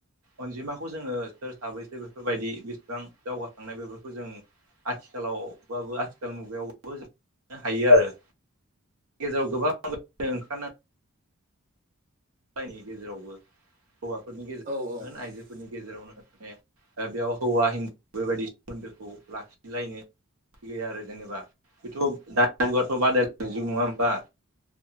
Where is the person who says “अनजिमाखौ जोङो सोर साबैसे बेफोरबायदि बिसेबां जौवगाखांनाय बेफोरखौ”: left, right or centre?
Right